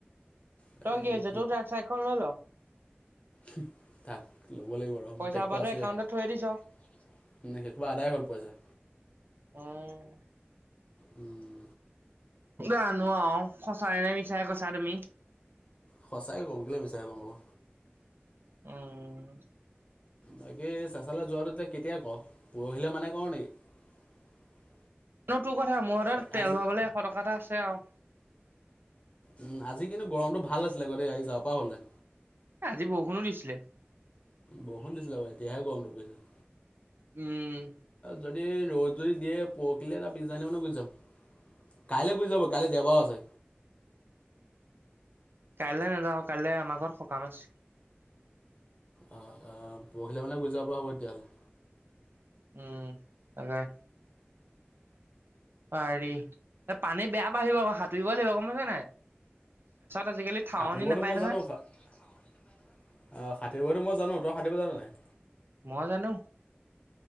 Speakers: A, on the left; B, on the right.
A: তাকে
B: তই
A: এতিয়া
B: কি হৈছে তোৰ তাৰ চাইকখন লৈ ল
A: হু তাক ল'ব লাগিব আৰু
B: পইচা
A: ট্ৰেকটৰ
B: সোপাটো
A: আছেই
B: একাউণ্টত
A: এখন
B: থৈ
A: ন
B: দিছ
A: সেইসোপা আদায় হ'ল পইচা
B: উম
A: উম
B: জানো আও সঁচাই নে মিছাই কৈছা তুমি।
A: সঁচাই কম কিয় মিছাই কম আকৌ
B: উম
A: বাকী চেচালে যোৱাটো কেতিয়া ক পৰহিলে মানে নেকি <unintelligible>
B: সেইটো কথা মোৰ হাতত তেল
A: আজি
B: ভৰাবলৈ এশ টকা এটা আছে আৰু।
A: উম আজি কিন্তু গৰমটো ভাল আছিলে আও দেই আজি যাব পৰা হলে
B: আজি বৰষুণো দিছিলে।
A: বৰষুণ দিছিলে বেয়া গৰম <unintelligible>
B: উম
A: যদি ৰ'দ যদি দিয়ে পৰহিলে এটা বিছদাৰীমানা গুচি যাম <unintelligible> কাইলৈ গৈ যাব কাইলৈ দেওবাও আছে।
B: কাইলৈ নাযাওঁ কাইলে আমাৰ ঘৰত সকাম আছে।
A: অ পৰহিলৈ মানে গুজাব হ'ব তেতিয়াহ'লে
B: উম তাকে, পাৰি পানী বেয়া পানী আহিব আকৌ সাঁতুৰিব লাগিব গম পাইছ নাই? আজিকালি ঠাৱনি
A: সাঁতুৰিব
B: নাপায়
A: তো মই
B: নহয়
A: জানো, অহ সাঁতুৰিব তো মই জানো তই সাঁতুৰিব জান নাই?
B: মই জানো।